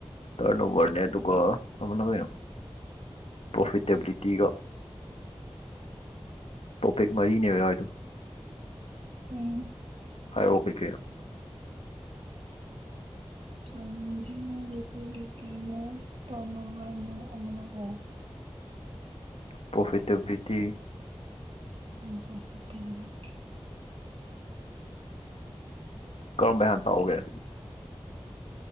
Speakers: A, on the left; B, on the right.
A: ꯇꯔꯟ ꯑꯣꯕꯔꯅꯦ ꯑꯗꯨꯒ ꯑꯃꯅ ꯀꯩꯅꯣ ꯄ꯭ꯔꯣꯐꯤꯇꯦꯕꯤꯂꯤꯇꯤꯒ ꯇꯣꯄꯤꯛ ꯃꯔꯤꯅꯦꯕ ꯌꯥꯎꯏꯗꫭ
B: ꯎ
A: ꯍꯥꯏꯔꯛꯑꯣ ꯀꯩ ꯀꯩꯅꫭ
B: ꯁꫭꯜꯕꯦꯟꯖꯤꯅꯦ ꯂꯤꯀ꯭ꯋꯤꯗꯤꯇꯤꯅꯦ ꯇꯔꯟꯑꯣꯕꯔꯅꯦ ꯑꯃꯅ ꯀꯌꯥ
A: ꯄ꯭ꯔꯣꯐꯤꯇꯦꯕꯤꯂꯤꯇꯤ
B: ꯑꯣꯔꯐꯦ <unintelligible>
A: ꯀꯝꯕꯩ ꯍꯥꯟ ꯇꯥꯛꯎꯒꯦ